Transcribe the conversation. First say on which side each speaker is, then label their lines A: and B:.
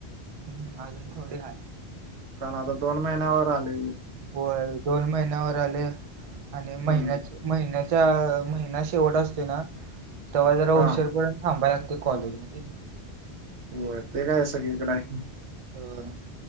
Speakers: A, on the right (about 45°); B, on the right (about 85°).
A: हम्म अजून थोडी हाय.
B: कारण आता दोन महिन्यावर आलय.
A: होय दोन महिन्यावर आले आणि महिन्याचे.
B: हम्म
A: महिन्याच्या महिना शेवट असते ना तेव्हा जरा
B: हा
A: उशीरपर्यंत थांबा या ते कॉलेज मध्ये.
B: हो ते काय सगळीकडे आहे.
A: होय.